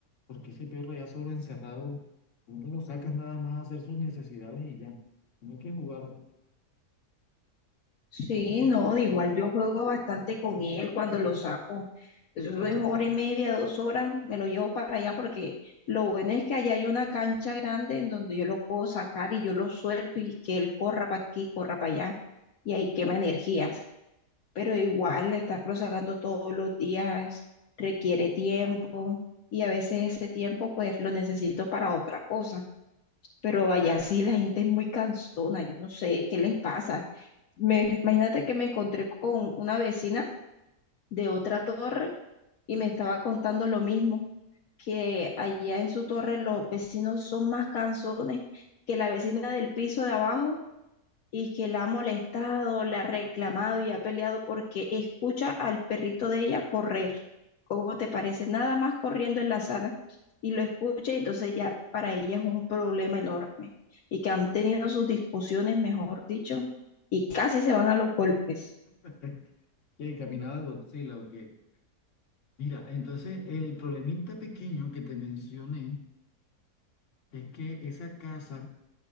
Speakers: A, on the left; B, on the left.
A: porque ese perro ya solo encerrado, uno lo saca nada más a hacer sus necesidades y ya, tiene que jugar.
B: Sí, no, de igual yo juego bastante con él cuando lo saco. Eso es hora y media, dos horas, me lo llevo para allá porque lo bueno es que allá hay una cancha grande en donde yo lo puedo sacar y yo lo suelto y que él corra para aquí, corra para allá y ahí quema energías. Pero igual estarlo sacando todos los días requiere tiempo y a veces ese tiempo pues lo necesito para otra cosa. Pero allá sí la gente es muy cansona, yo no sé qué les pasa me, imagínate que me encontré con una vecina de otra torre y me estaba contando lo mismo, que allá en su torre los vecinos son más cansones que la vecina del piso de abajo y que la ha molestado, la ha reclamado y ha peleado porque escucha al perrito de ella correr. ¿Cómo te parece? Nada más corriendo en la sala y lo escucha y entonces ya para ella es un problema enorme y que han tenido sus discusiones, mejor dicho, y casi se van a los golpes.
A: <laughs> Que caminaba Godzilla o qué. Mira, entonces el problemita pequeño que te mencioné es que esa casa,